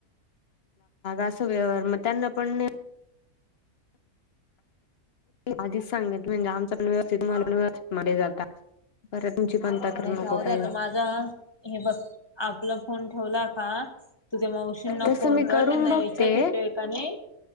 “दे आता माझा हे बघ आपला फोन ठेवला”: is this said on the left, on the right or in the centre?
Left